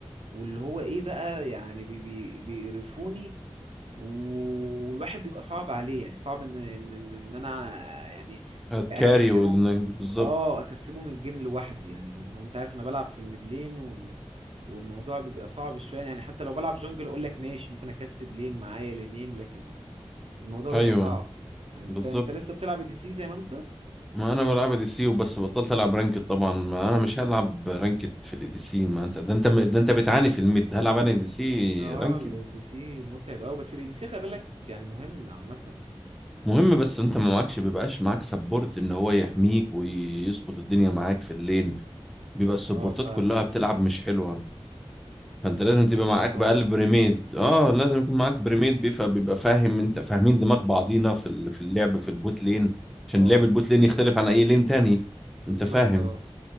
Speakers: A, on the right (about 70°); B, in the centre.
A: واللي هو ايه بقى يعني بي بي بيقرفوني والواحد بيبقى صعب عليه يعني صعب ان ان ان إن انا يعني
B: هتكاري
A: اكسبهم
B: وإنك- بالظبط
A: اه اكسبه من الجيم لوحدي يعني اللي هو انت عارف انا بلعب في الميدلين و... والموضوع بيبقى صعب شويه يعني حتى لو بلعب جونجل اقول لك ماشي ممكن اكسب لين معايا لينين لكن الموضوع
B: ايوه
A: بيبقى صعب يعني انت
B: بالظبط
A: انت لسه بتلعب دي سي زي ما انت
B: ما انا بلعب دي سي وبس بطلت العب رانكد طبعا ما انا مش هلعب رانكد في الاي دي سي ما انت ده انت ده انت بتعاني في الميد هلعب انا دي سي
A: اه
B: رانكد
A: الاي دي سي متعب قوي بس الاي دي سي خلي بالك يعني مهم عامه
B: مهم بس انت ما معكش بيبقاش معاك سبورت ان هو يحميك ويظبط الدنيا معاك في اللين بيبقى السبورتات
A: اه فاهمك
B: كلها بتلعب مش حلوة فانت
A: اللي
B: لازم
A: هو بيبقى
B: تبقى
A: مرار
B: معاك
A: طافح
B: بقى بريميد اه لازم يكون
A: مم.
B: معاك بريميد بيفهم بيبقى فاهم انت فاهمين دماغ بعضينا في ال- في اللعب في البوت لين عشان
A: اه
B: لعب البوت لين يختلف عن اي لين تاني
A: بالظبط
B: انت فاهم
A: اه